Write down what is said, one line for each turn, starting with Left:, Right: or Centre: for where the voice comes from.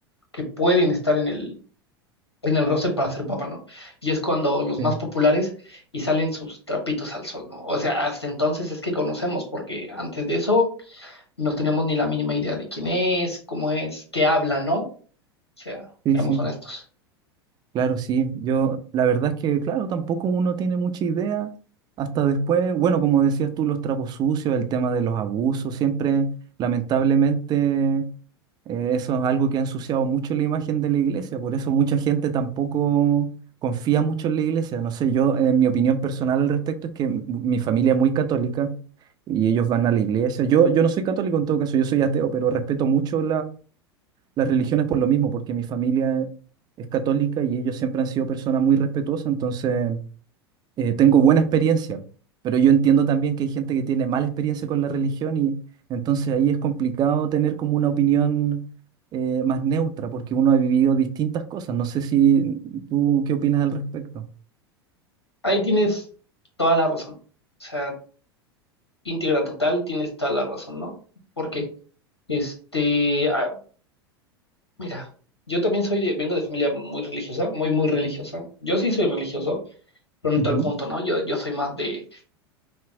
Left: que pueden estar en el, en el roster para ser papá, ¿no? Y es cuando los
Right: Sí,
Left: más populares y salen sus trapitos al sol, ¿no? O sea, hasta entonces es que conocemos, porque antes de eso no tenemos ni la mínima idea de quién es, cómo es, qué habla, ¿no? sea,
Right: sí,
Left: seamos
Right: sí.
Left: honestos.
Right: Claro, sí, yo la verdad es que, claro, tampoco uno tiene mucha idea hasta después, bueno, como decías tú, los trapos sucios, el tema de los abusos, siempre, lamentablemente, eh, eso es algo que ha ensuciado mucho la imagen de la iglesia, por eso mucha gente tampoco confía mucho en la iglesia, no sé, yo, en mi opinión personal al respecto es que m- mi familia es muy católica y ellos van a la iglesia, yo, yo no soy católico en todo caso, yo soy ateo, pero respeto mucho las religiones por lo mismo, porque mi familia es católica y ellos siempre han sido personas muy respetuosas, entonces eh, tengo buena experiencia, pero yo entiendo también que hay gente que tiene mala experiencia con la religión y entonces ahí es complicado tener como una opinión eh, más neutra, porque uno ha vivido distintas cosas. No sé si tú qué opinas al respecto.
Left: Ahí tienes toda la razón. O sea, íntegra total, tienes toda la razón, ¿no? Porque, este, ah, mira, yo también soy de, vengo de familia muy religiosa, muy, muy religiosa. Yo sí soy religioso, pero no
Right: Ujú,
Left: en tal punto, ¿no? Yo, yo soy más de,